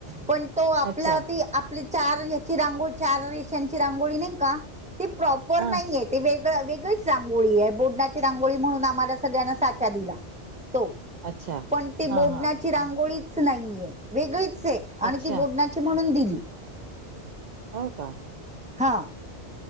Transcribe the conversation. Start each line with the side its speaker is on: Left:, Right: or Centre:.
Centre: पण तो आपल्या
Right: अच्छा
Centre: अधी आप आपली चार ह्याची रांगोळी चार रेष्यांची रांगोळी नाही का? ते प्रॉपर
Right: हा
Centre: नाही येत. ते वेगळ वेगळीच रांगोळी आहे, बोडण्याची रांगोळी म्हणून आम्हाला सगळ्यांना साचा दिला. तो
Right: अच्छा
Centre: पण ते
Right: हा
Centre: बोडण्याची
Right: हा
Centre: ती रांगोळीच नाहीेये, वेगळीचं ये आणि
Right: अच्छा
Centre: ती बोडण्याची म्हणून दिली.
Right: हो, का?
Centre: हा.